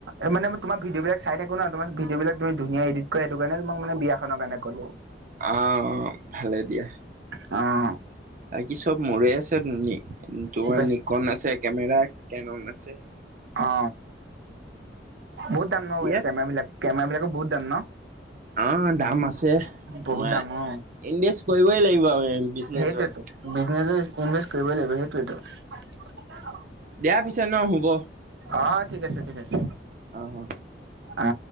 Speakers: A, on the right; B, on the right.
A: এই মানে তোমাৰ ভিডিঅ বিলাক চাই থাকো না, তোমাৰ ভিডিঅ বিলাক তুমি ধুনীয়া এডিট কৰা সেইটো কাৰনে তোমাক মানে বিয়াখনত কাৰণে ক'লো
B: অ' ভালে দিয়া।
A: অ',
B: আৰু কি চব মোৰে আছে নি? তোমাৰ
A: কি কৈছে
B: নিকন আছে কেমেৰা কেনন আছে।
A: অ বহুত দাম ন,
B: দিয়া
A: এই কেমেৰা বিলাক কেমেৰা বিলাকো বহুত দাম ন?
B: অ', দাম আছে। আছে
A: বহুত
B: তোমাৰ
A: দাম অ
B: ইনভেষ্ট কৰিবই লাগিব আৰু বিজনেচৰ।
A: সেইটোৱেতো বিজনেচত ইনভেষ্ট কৰিবই লাগিব সেইটোৱেতো।
B: দিয়া পিছে ন শুব।
A: অ', ঠিক আছে ঠিক আছে।
B: অ'।
A: আ,